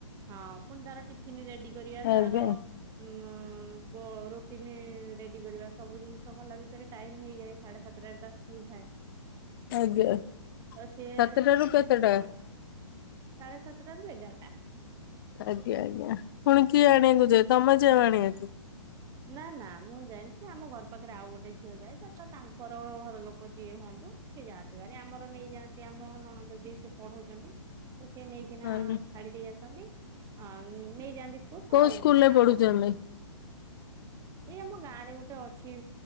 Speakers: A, on the right; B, on the left.
A: ହଁ ପୁଣି ତାର ଟିଫିନି ରେଡି କରିଆ
B: ଆଜ୍ଞା
A: ତାର ଉଁ ବ ରୁଟିନି ରେଡି କରିବା ସବୁ ଜିନିଷ କଲା ଭିତରେ ଟାଇମ୍ ମି ହେଇଯାଏ ସାଢେ ସାତେଟାରେ ତା ସ୍କୁଲ ଥାଏ।
B: ଆଜ୍ଞା।
A: ଅ ସିଏ
B: ସାତଟାରୁ
A: ନା
B: କେତେଟା
A: ଟି ଆ ସାଢ଼େ ସାତେଟାରୁ ଏଗାରଟା।
B: ଆଜ୍ଞା ଆଜ୍ଞା। ପୁଣି କିଏ ଆଣିଆକୁ ଯାଏ ତମେ ଯାଅ ଆଣିବାକୁ?
A: ନା ନା ମୁଁ ଯାଏନି ସିଏ ଆମ ଘର ପାଖରେ ଆଉ ଗୋଟେ ଝିଅ ଯାଏ ତ ତ ତାଙ୍କର ଘର ଲୋକ ଯିଏ ହୁଅ ତ ସିଏ ଯାଆନ୍ତି ଭାରି ଆମର ନେଇଯାଆନ୍ତି ଆମ ନଣନ୍ଦ ଯିଏ ସିଏ ପଢଉଚନ୍ତି। ତ ସିଏ ନେଇକିନା
B: ଆଜ୍ଞା
A: ଛାଡି ଦେଇ ଆସନ୍ତି ଆ ଉଁ ନେଇଯାଆନ୍ତି। ସ୍କୁଲ
B: କୋଉ
A: ଆଉ
B: ସ୍କୁଲ ରେ
A: ତାଙ୍କ
B: ପଢୁଚନ୍ତି?
A: ଘର ଏଇ ଆମ ଗାଁ ରେ ଗୋଟେ ଅଛି